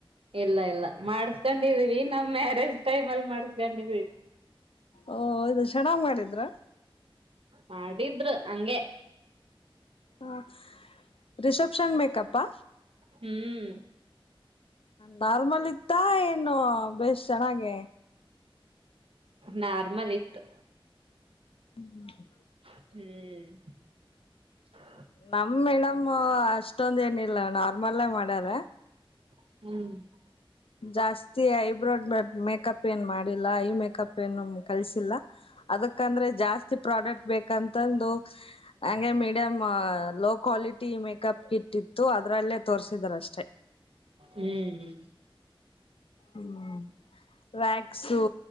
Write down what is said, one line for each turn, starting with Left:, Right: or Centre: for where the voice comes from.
Right: ಇಲ್ಲ ಇಲ್ಲ. ಮಾಡಸ್ಕೊಂಡಿದೀವಿ ನಮ್ಮ್ ಮ್ಯಾರೇಜ್ ಟೈಮ್ ಅಲ್ಲಿ ಮಾಡಸ್ಕೊಂಡಿದೀವಿ.
Left: ಓ ಒವ್ದ್ ಚನ್ನಾಗ್ ಮಾಡಿದ್ರ
Right: ಮಾಡಿದ್ರು ಹಂಗೆ.
Left: ಹಾ ರಿಸೆಪ್ಷನ್ ಮೇಕಪ್ಪಾ?
Right: ಹ್ಮ್
Left: ನಾರ್ಮಲ್ ಇತ್ತ ಇನ್ನು ಬೇಸ್ ಚೆನ್ನಾಗೀ
Right: ನಾರ್ಮಲ್ ಇತ್ತು.
Left: ಹ್ಮ್
Right: ಹ್ಮ್ <unintelligible>
Left: ನಮ್ ಮೇಡಮ್ ಅಷ್ಟೊಂದ ಏನಿಲ್ಲ ನಾರ್ಮಲ್ಲೇ ಮಾಡ್ಯಾರ
Right: ಹ್ಮ್
Left: ಜಾಸ್ತಿ ಐಬ್ರೋ ಮೇಕಪ್ ಏನ್ ಮಾಡಿಲ್ಲ. ಐ ಮೇಕಪ್ ಏನು ಕಲ್ಸಿಲ್ಲ ಅದಕ್ಕಂದ್ರೆ ಜಾಸ್ತಿ ಪ್ರಾಡಕ್ಟ್ ಬೇಕಂತಂದು. ಹಂಗೆ madam low quality makeup kit ಇತ್ತು. ಅದರಲ್ಲೇ ತೋರಿಸಿದಾರಷ್ಟೆ.
Right: ಹ್ಮ್ ಹ್ಮ್
Left: ಹ್ಮ್ ವ್ಯಾಕ್ಸು